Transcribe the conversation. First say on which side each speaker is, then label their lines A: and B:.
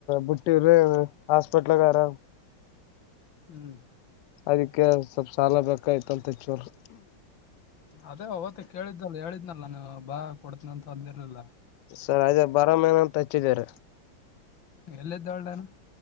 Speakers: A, on the left; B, on the left.
A: ಬುಟ್ಟಿರಿ ಹಾಸ್ಪಿಟ್ಲ್ಗಾರ
B: ಹ್ಮ್
A: ಅದಕ್ಕೆ ಸ್ವಲ್ಪ್ ಸಾಲ ಬೇಕಾಯತಂತ ಹೆಚ್ಚರು
B: ಅದೇ ಅವತ್ತ ಕೇಳಿದ್ದಲ್ಲ ಹೇಳಿದ್ನಲ್ಲ ನಾನು ಬಾ ಕೊಡ್ತನಂತ ಅಂದಿರ್ಲಿಲ್ಲ.
A: ಸರಿ ಅ ಬರ ಮೇನ ಅಂತ ಹಚ್ಚಿದಾರ.
B: ಎಲ್ಲಿದ್ದ ಹೇಳ್ ನೀನು